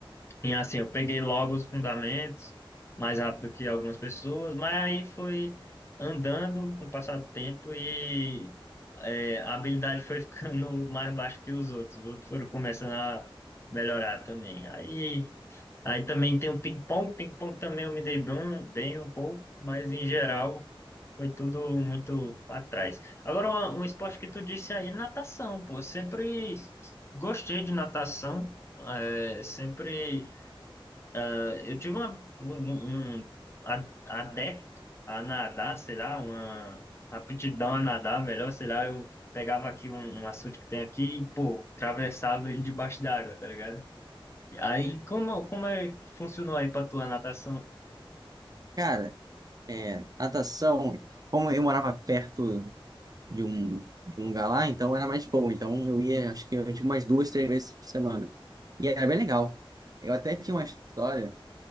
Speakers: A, on the left; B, on the right.
A: e assim, eu peguei logo os fundamentos, mais rápido que algumas pessoas, mas aí foi andando com o passar do tempo e é, a habilidade foi <laughs> ficando mais baixa que os outros. Os outros foram começando a melhorar também. Aí. Aí também tem o ping-pong. Ping-pong também eu me dei bem, bem um pouco, mas em geral foi tudo muito pra trás. Agora, uma- um, esporte que tu disse aí, natação, pô. Sempre gostei de natação. é, sempre. é, Eu tive uma, um, um um a- adepto a nadar, sei lá, uma aptidão a nadar, melhor, sei lá. Eu pegava aqui um, um açude que tem aqui e, pô, atravessava ele debaixo d'água, tá ligado? Aí, como, como é que funcionou aí pra tua natação?
B: Cara, é, natação, como eu morava perto de um, de um lugar lá, então era mais boa. Então eu ia, acho que eu tinha umas duas, três vezes por semana. E era bem legal. Eu até tinha uma história